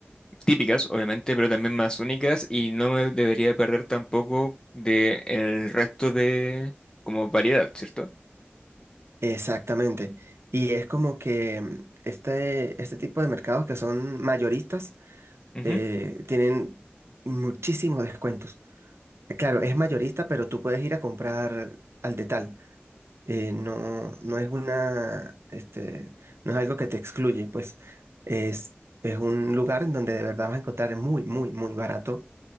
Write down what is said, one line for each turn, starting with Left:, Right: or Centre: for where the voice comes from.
Left: típicas, obviamente, pero también más únicas y no me debería perder tampoco de el resto de como variedad, ¿cierto?
Right: Exactamente. Y es como que mm, este, este tipo de mercados que son mayoristas
Left: Ujú.
Right: eh, tienen muchísimos descuentos. Eh, Claro, es mayorista, pero tú puedes ir a comprar al detal. Eh, no, no es una, este, no es algo que te excluye, pues es, es un lugar en donde de verdad vas a encontrar muy, muy, muy barato